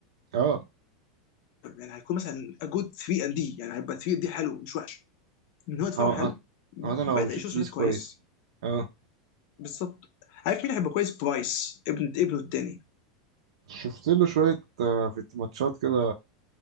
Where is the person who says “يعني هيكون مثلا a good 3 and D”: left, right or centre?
Left